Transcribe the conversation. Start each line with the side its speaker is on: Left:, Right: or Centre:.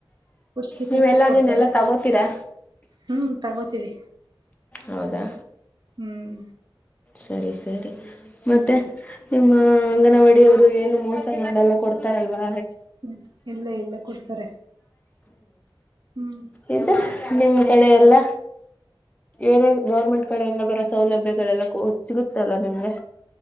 Right: ಪುಷ್ಟಿ
Left: ನೀವೆಲ್ಲ
Right: ಪ್ಯಾಕೆಟ್ ಕೊಡ್ತಾರೆ
Left: ಅದನ್ನೆಲ್ಲಾ ತಗೋತೀರಾ
Right: ಹ್ಮ್ ತಗೋತೀರಿ
Left: ಹೌದಾ
Right: ಹ್ಮ್
Left: ಸರಿ ಸರಿ ಮತ್ತೆ
Right: ಹ್ಮ್
Left: ನಿಮ್ಮ ಹ ಅಂಗನವಾಡಿಯವ್ರು ಏನು ಮೋಸ ಮಾಡಲ್ಲ ಕೊಡ್ತಾರಲ್ವಾ
Right: ಹ್ಮ್ ಇಲ್ಲ ಇಲ್ಲ ಕೊಡ್ತಾರೆ ಹ್ಮ್
Left: ಐತೆ ಕಡೆ ಎಲ್ಲ ಏನೇ ಗೌರ್ಮೆಂಟ್ ಕಡೆ ಎಲ್ಲ ಬರೋ ಸೌಲಭ್ಯಗಳೆಲ್ಲ ಸಿಗುತ್ತಲ್ಲ ನಿಮ್ಗೆ